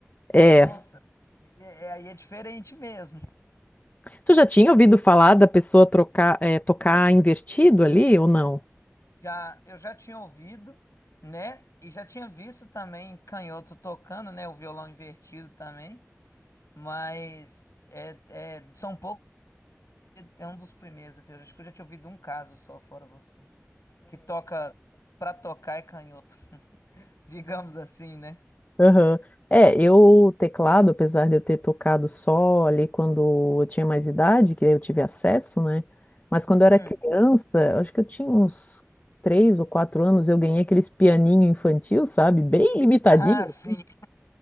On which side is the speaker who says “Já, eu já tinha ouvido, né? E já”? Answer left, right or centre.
Left